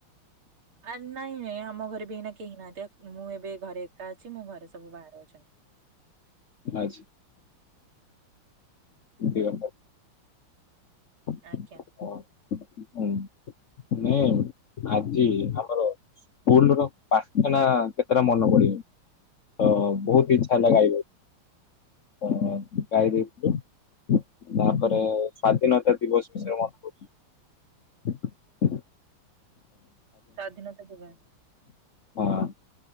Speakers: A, on the right; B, on the left.
A: ଆ ନାଇଁ ନାଇ। ଆମ ଘରେ ବି ନା କେହି ନା ମୁଁ ଏବେ ଘରେ ଏକା ଅଛି ମୋ ଘରେ ସବୁ ବାହାରେ ଅଛନ୍ତି।
B: ଆ ହଁ। ହ
A: ଆଜ୍ଞା
B: ହଁ। ନାଇ ଆଜି ଆମର ସ୍କୁଲ ର ପାଖାନା କେତେଟା ମନେ ପଳିବ ତ ବହୁତ ଇଚ୍ଛା ହେଲା ଗାଇବାକୁ ଗାଇ ଦେଇଥିଲୁ ତାପରେ ସ୍ଵାଧୀନତା। ଦିବସ ବିସିରେ ମନ କରଛି।
A: ସ୍ଵାଧୀନତା ଦିବସ
B: ହଁ